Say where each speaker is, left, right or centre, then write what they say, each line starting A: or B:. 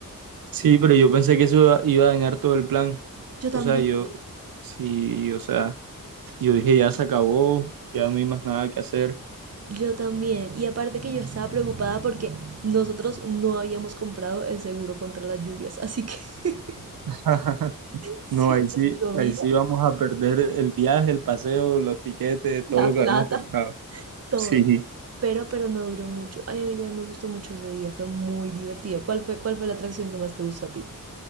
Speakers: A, on the right; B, on the right.
A: Sí, pero yo pensé que eso iba a dañar todo el plan.
B: Yo también.
A: O sea, yo, sí, o sea, yo dije ya se acabó, ya no hay más nada que hacer.
B: Yo también. Y aparte que yo estaba preocupada porque nosotros no habíamos comprado el seguro contra las lluvias. Así que <laughs>
A: <laughs>
B: si
A: No, ahí sí,
B: nos llovía,
A: ahí sí vamos a perder el viaje, el paseo, los tiquetes, todo
B: la
A: lo que
B: plata,
A: habíamos comprado.
B: todo.
A: Sí.
B: Pero, pero no duró mucho. Ay, a mí también me gustó mucho ese día. Fue muy divertido. ¿Cuál fue, cuál fue la atracción que más te gustó a ti?